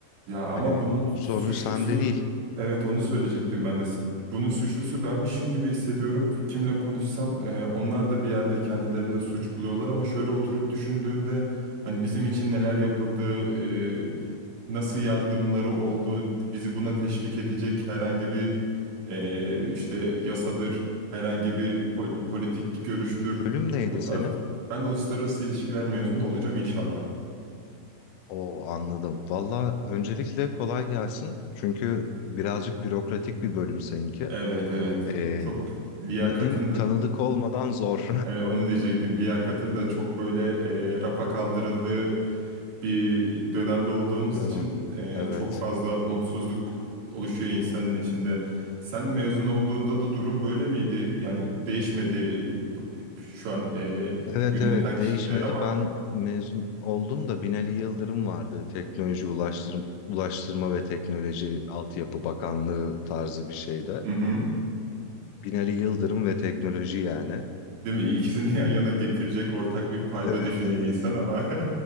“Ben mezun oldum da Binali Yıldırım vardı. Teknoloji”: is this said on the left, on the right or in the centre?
Left